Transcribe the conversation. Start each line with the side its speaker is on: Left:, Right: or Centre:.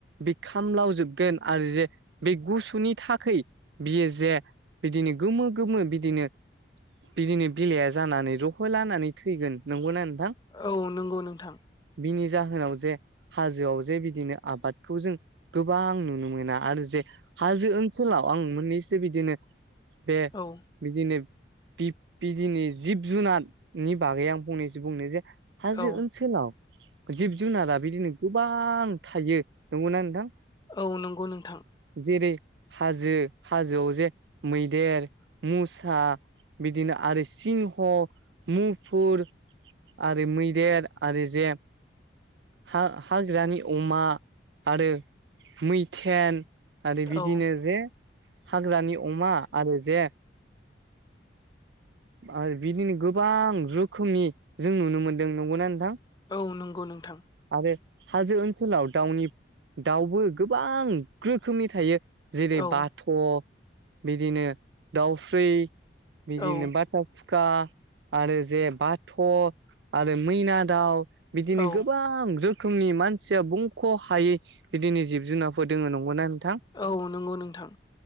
Right: बे खामलावजोब गोन आरो जे बे गुसुनि थाखै बियो जे बिदिनो गोमो गोमो बिदिनो बिदिनो बिलाइआ जानानै रह' लानानै थैगोन नंगौना नोंथां
Left: औ नंगौ नोंथां
Right: बिनि जाहोनाव जे हाजोआव जे बिदिनो आबादखौ जों गोबां आं नुनो मोना आरो जे हाजो ओनसोलाव आं मोननैसो बिदिनो बे
Left: औ
Right: बिदिनो बिदिनो जिब जुनारनि बागै आं फंनैसो बुंनो जे हाजो
Left: औ
Right: ओनसोलाव जिब जुनारा बिदिनो गोबां थायो नंगौना नोंथां?
Left: औ नंगौ नोंथां
Right: जेरै हाजो हाजोआव जे मैदेर मुसा बिदिनो आरो सिंह मुफुर आरो मैदेर आरो जे हा हाग्रानि अमा आरो मैथेन आरो बिदिनो
Left: औ
Right: जे हाग्रानि अमा आरो जे आरो बिदिनो गोबां रोखोमनि जों नुनो मोनदों नंगौना नोंथां
Left: औ नंगौ नोंथां
Right: आरो हाजो ओनसोलाव दाउनि दाउबो गोबां रोखोमनि थायो जेरै
Left: औ
Right: बाथ' बिदिनो दाउस्रि बिदिनो
Left: औ
Right: बाथ खुखा आरो जे बाथ' आरो मैना दाउ बिदिनो
Left: औ
Right: गोब ओ गोबां रोखोमनि मानसिया बुंख' हायै बिदिनो जिब जुनारफोर दोङ नंगौना नोंथां।
Left: औ नंगौ नोंथां।